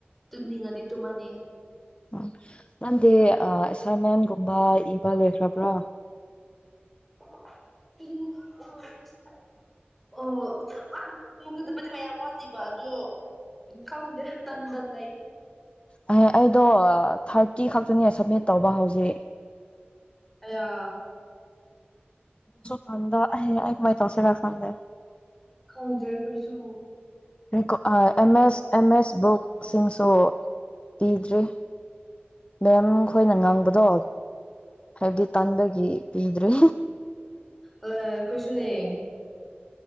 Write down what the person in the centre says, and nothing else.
ꯇꯨꯝꯅꯤꯡꯉꯗꯤ ꯇꯨꯝꯃꯅꯤ
<unintelligible> ꯑꯣ ꯇꯧꯒꯗꯕꯗꯤ ꯃꯌꯥꯝ ꯋꯥꯂꯤꯕ ꯑꯗꯣ ꯈꯪꯗꯦ ꯇꯟꯗ ꯂꯩ
ꯑꯌꯥ
ꯈꯪꯗ꯭ꯔꯦ ꯈꯣꯏꯁꯨ
ꯑꯂ ꯈꯣꯏꯁꯨꯅꯦ